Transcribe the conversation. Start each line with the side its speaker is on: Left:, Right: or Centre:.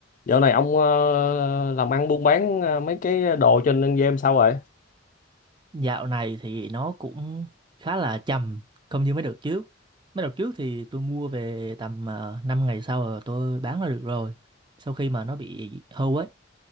Left: Dạo này ông ờ, làm ăn buôn bán ờ, mấy cái đồ trên game sao rồi?
Right: Dạo này thì nó cũng khá là chậm, không như mấy đợt trước. Mấy đợt trước thì tôi mua về tầm uh, 5 ngày sau là tôi bán là được rồi. Sau khi mà nó bị hư ấy